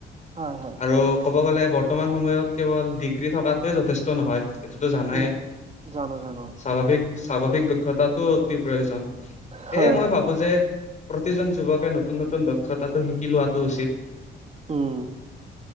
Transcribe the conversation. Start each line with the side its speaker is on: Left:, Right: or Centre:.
Right: হয় হয়
Left: আৰু ক'ব গ'লে বৰ্তমান সময়ত কেৱল ডিগ্ৰী থকাতোৱে যথেষ্ট নহয়। এইটোতো জানায়ে,
Right: উম জানো জানো
Left: স্বাভাৱিক। স্বাভাৱিক দক্ষতাটো অতি প্ৰয়োজন। সেয়ে
Right: হয়
Left: মই ভাবোঁ। বুজে, প্ৰতিজন যুৱকে নতুন নতুন দক্ষতাটো শিকি লোৱাটো উচিত।
Right: উম্,